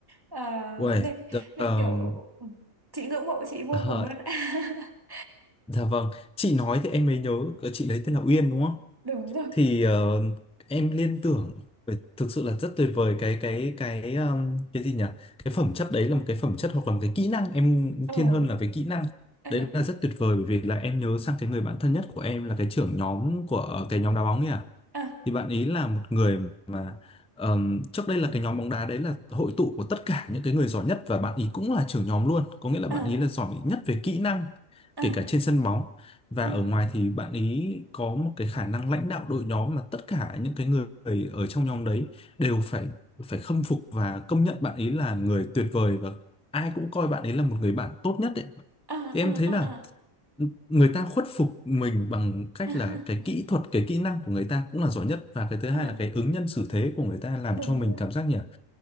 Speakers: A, on the right; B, in the centre.
A: Ờ,
B: uầy
A: nên,
B: dạ,
A: nên
B: ờm,
A: kiểu ừ, chị ngưỡng mộ chị vô
B: ờ,
A: cùng luôn. <laughs>
B: dạ vâng chị nói thì em mới nhớ cái chị đấy tên là Uyên đúng không
A: Đúng rồi.
B: thì ờ, em liên tưởng về- thực sự là rất tuyệt vời cái cái cái ờm, cái gì nhỉ cái phẩm chất đấy là một cái phẩm chất hoặc là một cái kỹ năng em
A: Ừ.
B: thiên hơn là về kỹ năng
A: À,
B: đấy là rất tuyệt vời bởi vì là em nhớ sang cái người bạn thân nhất của em là cái trưởng nhóm của ờ, cái nhóm đá bóng nhỉ
A: à,
B: thì bạn ý là một người mà ờm, trước đây là cái nhóm bóng đá đấy là hội tụ của tất cả những cái người giỏi nhất và bạn ý cũng là trưởng nhóm luôn có nghĩa là
A: à,
B: bạn ý là giỏi nhất về kỹ năng
A: à,
B: kể cả trên sân bóng và
A: à,
B: ở ngoài thì bạn ý có một cái khả năng lãnh đạo đội nhóm mà tất cả những cái người ở trong nhóm đấy đều phải phải khâm phục và công nhận bạn ý là người tuyệt vời và ai cũng coi bạn ấy là một người bạn tốt nhất ấy.
A: à, à,
B: Thì em thấy là
A: à, à,
B: người ta khuất phục mình bằng cách
A: à,
B: là cái kỹ thuật cái kỹ năng của người ta cũng là giỏi nhất và cái thứ hai
A: à,
B: là cái ứng nhân xử thế của người ta làm
A: đúng
B: cho mình
A: rồi.
B: cảm giác nhỉ